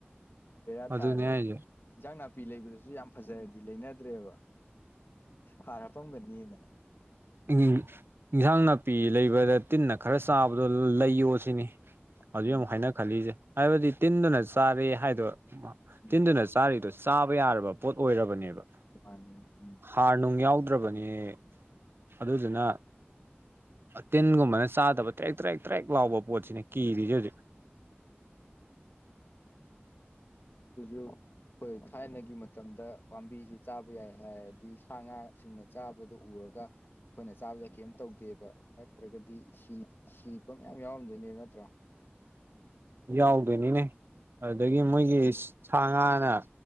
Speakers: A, on the left; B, on the right.
A: ꯕꯦꯔꯥ
B: ꯑꯗꯨꯅꯦ
A: ꯇꯥꯔꯦ꯫
B: ꯍꯥꯏꯁꯦ
A: ꯏꯟꯖꯥꯡ ꯅꯥꯄꯤ ꯂꯩꯕꯗꯖꯨ ꯌꯥꯝ ꯐꯖꯔꯗꯤ ꯂꯩꯅꯗ꯭ꯔꯦꯕ ꯍꯥꯔ ꯍꯥꯞꯄꯝꯒꯅꯤꯅ꯫
B: ꯏꯪ ꯏꯟꯖꯥꯡ ꯅꯥꯄꯤ ꯂꯩꯕꯗ ꯇꯤꯟꯅ ꯈꯔ ꯆꯥꯕꯗꯣ ꯂꯩꯌꯣ ꯁꯤꯅꯤ꯫ ꯍꯧꯖꯤꯛ
A: ꯎꯝ
B: ꯑꯃꯨꯛ ꯍꯥꯏꯅ ꯈꯜꯂꯤꯛꯏꯖꯦ ꯍꯥꯏꯕꯗꯤ ꯇꯤꯟꯗꯨꯅ ꯆꯥꯔꯦ ꯍꯥꯏꯗꯣ ꯃ
A: ꯎꯝ
B: ꯇꯤꯟꯗꯨꯅ ꯆꯥꯔꯤꯗꯣ ꯆꯥꯕ ꯌꯥꯔꯕ ꯄꯣꯠ ꯑꯣꯏꯔꯕꯅꯦꯕ꯫
A: ꯖꯄꯥꯟꯅꯤ ꯎꯝ꯫
B: ꯍꯥꯔ ꯅꯨꯡ ꯌꯥꯎꯗ꯭ꯔꯕꯅꯦ ꯑꯗꯨꯗꯨꯅ ꯇꯤꯟꯒꯨꯝꯕꯅ ꯆꯥꯗꯕ ꯇ꯭ꯔꯦꯛ ꯇ꯭ꯔꯦꯛ ꯇ꯭ꯔꯦꯛ ꯂꯥꯎꯕ ꯄꯣꯠꯁꯤꯅꯤ ꯀꯤꯔꯤꯖꯦ ꯍꯧꯖꯤꯛ꯫
A: ꯎꯝ꯫ ꯑꯗꯨꯖꯨ ꯑꯩꯈꯣꯏ ꯊꯥꯏꯅꯒꯤ ꯃꯇꯝꯗ ꯄꯥꯝꯕꯤꯖꯦ ꯆꯥꯕ ꯌꯥꯏ ꯍꯥꯏꯔꯗꯤ ꯁꯥ ꯉꯥꯁꯤꯡꯅ ꯆꯥꯕꯗꯨ ꯑꯨꯔꯒ ꯑꯩꯈꯣꯏꯅ ꯆꯥꯕꯗꯅ ꯀꯩꯝ ꯇꯧꯗꯦꯕ ꯅꯠꯇ꯭ꯔꯒꯗꯤ ꯁꯤ ꯁꯤꯕ ꯃꯌꯥꯝ ꯌꯥꯎꯔꯝꯗꯣꯏꯅꯦꯕ ꯅꯠꯇ꯭ꯔꯥ꯫
B: ꯌꯥꯎꯗꯣꯏꯅꯤꯅꯦ ꯑꯗꯨꯗꯒꯤ ꯃꯣꯏꯒꯤ ꯁꯥ ꯉꯥꯅ